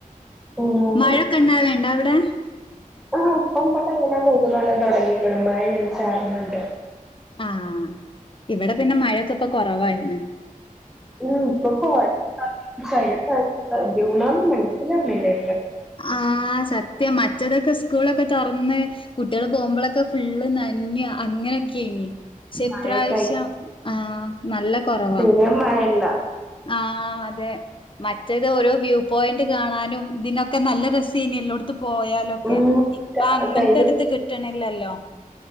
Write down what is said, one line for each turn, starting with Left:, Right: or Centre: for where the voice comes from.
Centre: ഉം
Left: മഴ കെണ്ടണാ വേണ്ട അവിടെ അ
Centre: ആ ഇപ്പംഇടെ എങ്ങനെ പെരുമഴ തുടങ്ങിക്കണ് മഴ ഇങ്ങനെ ചാറണുണ്ട്
Left: ആഹ ഇവിടെ പിന്നെ മഴൊക്കെ ഇപ്പൊ കുറവായിന്ന്
Centre: <unintelligible> അ മനസ്സിലാവുന്നില്ലേ
Left: ആ സത്യ മറ്റ പച്ചതൊക്കെ സ്കൂളൊക്കെ തുറന്ന് കുട്ടികൾ പോകുമ്പോഴൊക്കെ ഫുള്ള് നന്യ അങ്ങനെയൊക്കെയനി പക്ഷേഇപ്രാവശ്യം
Centre: മഴൊക്കെ ആയി
Left: ആ നല്ല കുറവാ
Centre: തീരെ മഴല്ല
Left: ആ തെ മറ്റേത് ഓരോ വ്യൂ പോയിന്റ് കാണാനും ഇതിനൊ ക്കെ നല്ല രസേനി എല്ലോടുത്തും പോയാലൊക്കെ
Centre: ഉം
Left: ഇപ്പൊ അങ്ങനത്തെരിത്
Centre: കഴിഞ്ഞ
Left: കിട്ടണില്ലല്ലോ.